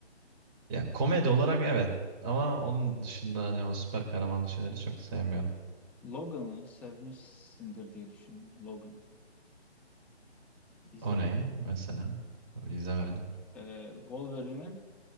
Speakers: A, on the right (about 20°); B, in the centre.
A: Ya komedi olarak evet ama onun dışında hani o süper kahramanlı şeyleri çok sevmiyorum.
B: Logan'ı sevmişsindir diye düşündüm. Logan. İzledin
A: O ne
B: mi?
A: mesela? İzlemedim.
B: E, Wolverine'in